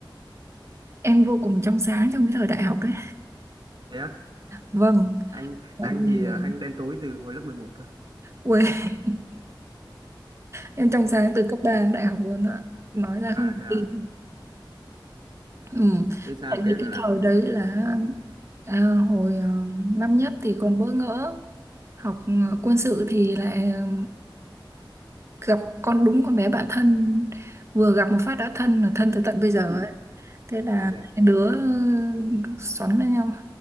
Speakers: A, on the right; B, on the right.
A: em vô cùng trong sáng trong cái thời đại học đấy.
B: thế á
A: Vâng,
B: anh
A: tại
B: anh
A: vì,
B: thì
A: ờ,
B: ờ, anh đen tối từ hồi lớp mười một cơ
A: ui, <laughs> em trong sáng từ cấp 3 đến đại học luôn ạ. Nói ra
B: À
A: không
B: thế à?
A: tin. Ừ.
B: Thế sao
A: Tại vì
B: kể ra
A: cái
B: nào?
A: thời đấy là à, hồi ờ, năm nhất thì còn bỡ ngỡ, học ờ, quân sự thì lại ờ, gặp con đúng con bé bạn thân vừa gặp một phát đã thân là thân tới tận bây giờ
B: ừ
A: ấy. Thế là
B: À thế à?
A: hai đứa ừ, xoắn lên nhau